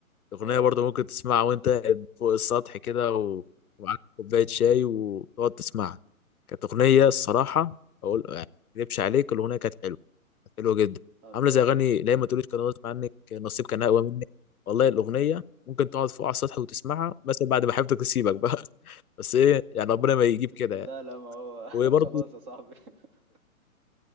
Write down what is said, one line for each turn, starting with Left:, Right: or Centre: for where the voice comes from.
Left: أغنية
Right: اه
Left: برضه ممكن تسمعها وأنت قاعد فوق السطح كده و- ومعاك كوباية شاي وتقعد تسمعها كانت أغنية الصراحة أقول يعني ما أكذبش عليك الأغنية كانت حلوة حلو جدا
Right: الله
Left: عامله زي
Right: يجزيك
Left: اغاني لا ما تقوليش كان غصب عنك نصيب كان اقوى منك والله الاغنيه ممكن تقعد فوق على السطح وتسمعها مثلا بعد ما حبيبتك تسيبك بقى <laughs> بس ايه يعني ربنا ما يجيب كده
Right: لا
Left: يعني
Right: لا ما هو <laughs>
Left: وبرضه
Right: خلاص يا صاحبي <laughs>